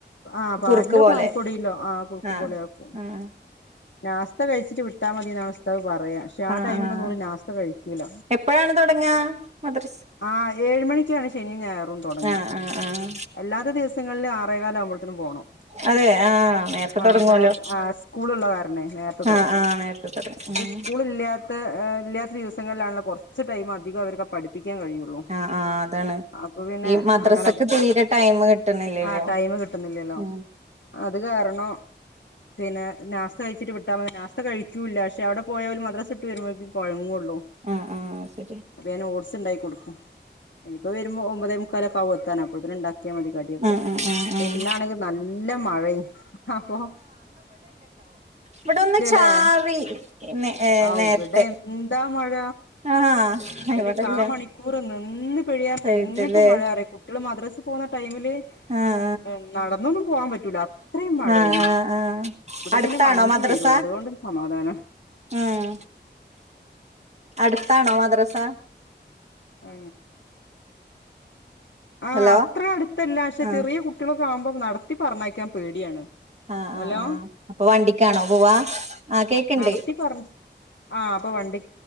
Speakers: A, on the left (about 70°); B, on the right (about 35°).
A: ആ പാലിലോ,
B: കുറുക്ക് പോലെ
A: പാൽ പൊടീലോ ആ കുറുക്ക്
B: ആഹ്
A: പോലെ ആക്കും
B: ആഹ്
A: നാസ്ത കഴിച്ചിട്ട് വി ട്ടാ മതിന്നാണ് ഉസ്താദ് പറയാ പക്ഷെ ആ
B: ആഹ്
A: ടൈമിലൊന്നും
B: ആഹ്
A: ഓര് നാസ്ത കഴിക്കൂല
B: എപ്പഴാണ് തൊടങ്ങാ മദ്രസ്
A: ആ ഏഴ് മണിക്ക് ശനിയും ഞായറും തൊടങ്ങ.
B: ആഹ് ആഹ് ആഹ്
A: അല്ലാത്ത ദിവസങ്ങളിൽ ആറേകാലാവുമ്പോഴ്ത്തേനും പോണം.
B: അതെ ആഹ് നേരത്തെ
A: ആ
B: തൊടങ്ങുവല്ലോ
A: നേർ ആ സ്കൂളുള്ള കാരണെ നേരത്ത തൊടങ്ങും.
B: ആഹ് ആഹ് നേരത്തെ തൊടങ്ങും
A: ഇത്
B: ഉം
A: സ്കൂൾ ഇല്ലാത്ത ഇല്ലാത്ത ദിവസങ്ങളിലാണല്ലോ കൊറച്ച് കുറച്ച് ടൈം അധികം അവർക്ക് പഠിപ്പിക്കാൻ കഴിയുള്ളു,
B: ആഹ് ആഹ് അതാണ്
A: അപ്പ പിന്നെ
B: ഈ മദ്രസക്ക്
A: അങ്ങനെ
B: തീരെ ടൈം കിട്ടണില്ലല്ലോ
A: ആ ടൈമ് കിട്ടുന്നില്ലല്ലോ
B: ഉം
A: അത് കാരണം പിന്നെ നാസ്ത കഴിച്ചിട്ട് വിട്ടാ നാസ്ത കഴിക്കൂല്ല പക്ഷെ അവിടെ പോയാ മദ്രാസ ഇട്ട് വരുമ്പോഴേക്കും കൊഴങ്ങുള്ളൂ
B: ആഹ് ആഹ് ശരിയാ
A: അപ്പൊ ഞാൻ ഓട്സ് ഉണ്ടാക്കികൊടുക്കും. ഇനിപ്പോ വരുമ്പോ ഒമ്പതേ മുക്കാലൊക്കെ ആവുംഎത്താൻ. അപ്പഴ്‌ത്തേക്ക്നും ഉണ്ടാക്കി മതി കടിയൊക്കെ,
B: ആഹ് ആഹ് ആഹ്
A: അപ്പ
B: ആഹ്
A: ഇന്നാ ണെങ്കി നല്ല മഴയും അപ്പൊ
B: ഇവിടെ ഒന്ന്
A: ഇല്ലല്ലേ
B: ചാറി നേ ഏഹ്
A: ആ
B: നേരത്തെ
A: ഇവിടെ എന്താ മഴ
B: ആഹ്
A: ഒരു
B: ഇവിടില്ല
A: കാ മണിക്കൂർ നിന്ന്‌ പെയ്യാന്നേ
B: വൈകിട്ടല്ലേ
A: എങ്ങനത്തെ മഴ അറിയോ കുട്ടികൾ മദ്രസ പോകുന്ന ടൈമിൽ <unintelligible>
B: ആഹ്
A: നടന്നൊന്നും പോകാൻ പറ്റൂല അത്രയും മഴേണ്.
B: ആഹ് ആഹ് ആഹ് ആഹ്
A: ഇവിടെ
B: അടുത്താണോ
A: പിന്നെ വണ്ടി
B: മദ്രസ
A: വരൂം. അതുകൊണ്ടൊരു സമാധാനാ
B: ഉം അടുത്താണോ മദ്രസ?
A: ആ ആ
B: ഹലോ
A: അത്ര അടുത്തല്ല പക്ഷെ
B: ആഹ്
A: ചെറിയ കുട്ടികളൊക്കെ ആവുമ്പോ നടത്തി പറഞ്ഞയക്കാൻ പേടിയാണ്.
B: ആ
A: ഹലോ
B: ആ ആ അപ്പ വണ്ടിക്കാണോ പോവാ ആഹ് കേക്ക്ണ്ട്
A: നടത്തി പറഞ് ആ അപ്പൊ വണ്ടി